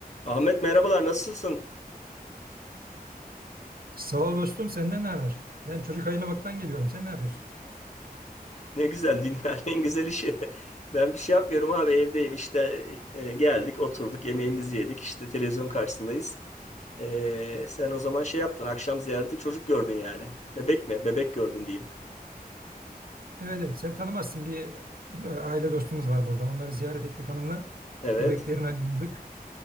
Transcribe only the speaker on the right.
Sağ ol dostum, senden ne haber? Ben çocuk hayırlamaktan geliyorum. Sen ne yapıyorsun?
Evet, evet, sen tanımazsın. Bir e, aile dostumuz var burada. Onları ziyaret ettik hanımla.
Bebeklerini ayırdık.